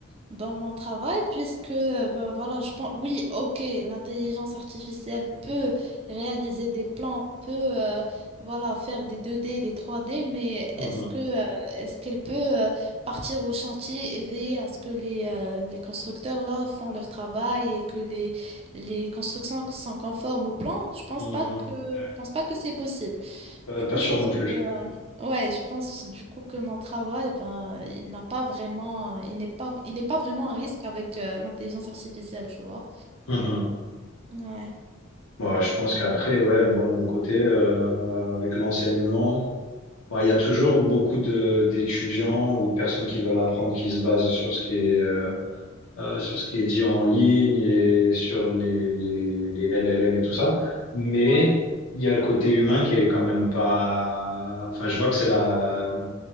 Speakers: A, on the right (about 30°); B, on the left (about 85°).
A: dans mon travail, puisque, euh, ben voilà, je pense, oui, ok, l'intelligence artificielle peut réaliser des plans, peut, euh, voilà, faire des 2D, des 3D, mais
B: Mhm.
A: est-ce que, euh, est-ce qu'elle peut euh, partir au chantier et veiller à ce que les, euh, les constructeurs, là, font leur travail et que les, les constructions sont conformes au plan? Je pense
B: Mhm.
A: pas que,
B: Ouais.
A: je pense pas que c'est possible.
B: Pas,
A: Du
B: pas
A: coup,
B: sûr
A: je pense
B: non
A: que,
B: plus.
A: euh, ouais, je pense du coup que mon travail, ben, il n'a pas vraiment, il n'est pas, il n'est pas vraiment un risque avec euh, l'intelligence artificielle, tu vois.
B: Mhm.
A: Ouais,
B: Ouais, je pense qu'après, ouais, moi de mon côté, euh, avec l'enseignement. Ouais, il y a toujours beaucoup de d'étudiants ou de personnes qui veulent apprendre qui se basent sur ce qui est euh, euh, sur ce qui est dit en ligne et sur les, les les LLM et tout ça. Mais
A: ouais,
B: il y a le côté humain qui est quand même pas. Enfin, je vois que c'est la